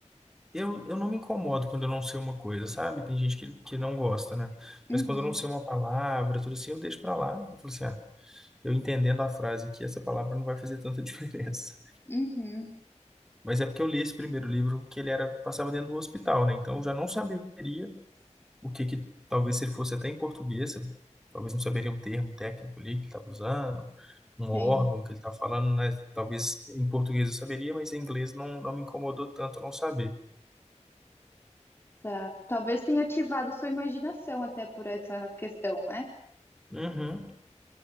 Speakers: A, in the centre; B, on the left.
A: eu, eu não me incomodo quando eu não sei uma coisa, sabe? Tem gente que, que não gosta, né?
B: Uhum,
A: Mas quando eu não sei uma palavra, tudo assim, eu deixo pra lá. Eu falo assim, ah, eu entendendo a frase aqui, essa palavra não vai fazer tanta <laughs> diferença.
B: uhum,
A: Mas é porque eu li esse primeiro livro que ele era passava dentro do hospital, né? Então eu já não saberia o que que talvez se ele fosse até em português, eu- talvez não saberia um termo técnico ali que ele estava usando, um órgão
B: sim.
A: que ele estava falando, né? Talvez em português eu saberia, mas em inglês não, não me incomodou tanto não saber.
B: Tá. Talvez tenha ativado sua imaginação até por essa questão, né?
A: Uhum.